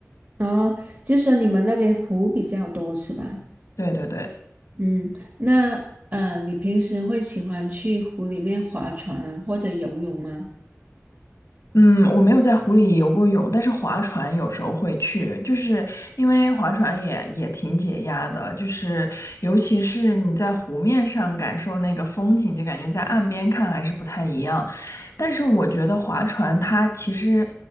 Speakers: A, on the right (about 40°); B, on the left (about 80°).
A: 哦。就是说你们那边湖比较多是吧？
B: 对对对。
A: 嗯，那呃，你平时会喜欢去湖里面划船啊，或者游泳吗？
B: 嗯，我没有在湖里游过泳，但是划船有时候会去，就是因为划船也也挺解压的，就是尤其是你在湖面上感受那个风景，就感觉在岸边看还是不太一样。但是我觉得划船它其实，